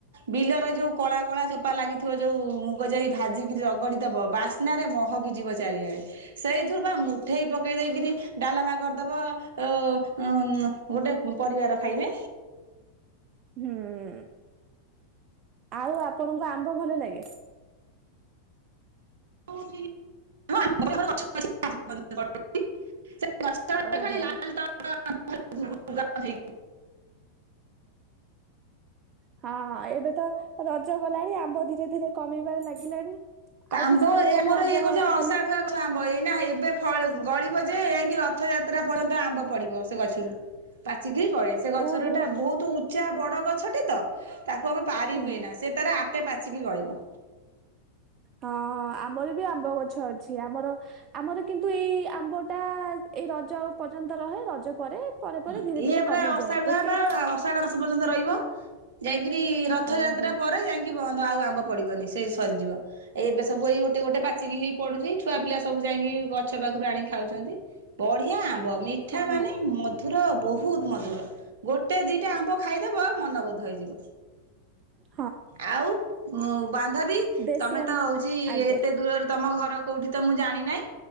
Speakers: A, on the right; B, on the right.
A: ବିଲରେ ଯୋଉ କଳା କଳା ଚୋପା ଲାଗିଥିବ ଯୋଉ ମୁଗ ଯାଇ ଭାଜିକି ରଗଡିଦବ ବା ରେ ମହକି ଯିବ ଚାରିଆଡେ ସେଇଥିରୁ ବା ମୁଠେଇ ପ ପକେଇ ଦେଇକରି ଡାଲମା କରିଦବ ଉ ଗୋଟେ ପରିବାର ଖାଇବେ
B: ହୁଁ ଆଉ ଆପଣଙ୍କୁ ଆମ୍ବ ଭଲ ଲାଗେ
A: ହଁ ଗଛ ଛ ଖା
B: ଓହୋ।
A: ଲା
B: ହଁ ଏବେ ତ ରଜ ଗଲାଣି ଆମ୍ବ ଧୀରେ ଧୀରେ କମିବାରେ ଲାଗିଲାଣି
A: କବ
B: ଆଉ କିଛି ଦିନ
A: ଆମର
B: ଗଲେ ଆମ୍ବ
A: ଇଏ କରୁଛ
B: ଟୋଟାଲି
A: ଅସାଢୁ ଗଛ ଆମ୍ବ ଏଇନା ଏବେ ଗଳିବ ଯେ ଯକି ରଥଯାତ୍ରା ପର୍ଯ୍ୟନ୍ତ ଆମ୍ବ ପଡିବ ସେ ଗଛରୁ ପାଚିକି ପଳଳେ ସେ ଗଛରୁ
B: ଓହୋ
A: ଗୋଟା ବହୁତ ଉଚ୍ଚା ବଡ ଗଛଟେ ତ ତାକୁ ଆମେ ପାରି
B: ହୁଁ
A: ହୁଏନା ସେ ତାର ଆପେ ପାଚିକି ଗଳିବ
B: ହଁ ଆମର ବି ଆମ୍ବ ଗଛ ଅଛି ଆମର ଆମର କିନ୍ତୁ ଏଇ ଆମ୍ବ ଟା ଏଇ ରଜ ପର୍ଯ୍ୟନ୍ତ ରହେ ରଜ ପରେ ପରେ ପରେ
A: ହଁ
B: ଧୀରେ
A: ଇଏ
B: ଧୀରେ
A: ପୁରା
B: କମିଯାଏ
A: ଅସାଢୁଆ
B: ଗୋଟିଏ
A: ବା ସାଢ ମାସ ପର୍ଯ୍ୟନ୍ତ ରହିବ ଯାଇକିରି ରଥଯାତ୍ରା
B: ଓହୋ
A: ପରେ ଯାଇକ କି ବନ୍ଧ ଆଉ ଆମ୍ବ ପଡିବନି ସେ ସରିଯିବ ଏବେ ସବୁ ଏଇ ଗୋଟେ ଗୋଟେ ପାଚିକି ହେଇ ପଡୁଛି ଛୁଆ ପିଲା ସବୁ ଯାଇକି ଗଛ ପାଖରୁ ଆଣି ଖାଉଛନ୍ତି ବଢିଆ ଆମ୍ବ ମିଠା
B: ହଁ
A: ମାନେ ମଧୁର ବହୁତ ମଧୁର ଗୋଟେ ଦିଟା ଆମ୍ବ ଖାଇଦବ ମନ ବୋଧ ହେଇଯିବ
B: ହୁଁ
A: ଆଉ ବାନ୍ଧବୀ
B: ଦେଶୀ
A: ତମେ
B: ଆମ୍ବ
A: ତ ହଉଛି
B: ଆଜ୍ଞା
A: ଏତେ ଦୂରରୁ ତମ ଘର କୋଉଠି ତ ମୁଁ ଜାଣିିନହିଁ